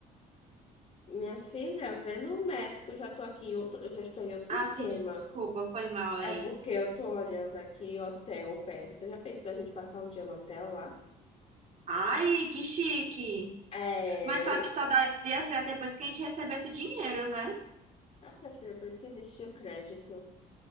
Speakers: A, on the left; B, on the right.
A: Minha filha, vê no Maps, que eu já tô aqui em outro, eu já estou em outro
B: Ah,
A: esquema.
B: sim, desculpa, foi mal aí.
A: É porque eu tô olhando aqui hotel perto. Já pensou a gente passar um dia no hotel lá?
B: Ai, que chique.
A: É.
B: Mas só que só daria certo depois que a gente recebesse dinheiro, né?
A: Ah, minha filha, por isso que existe o crédito.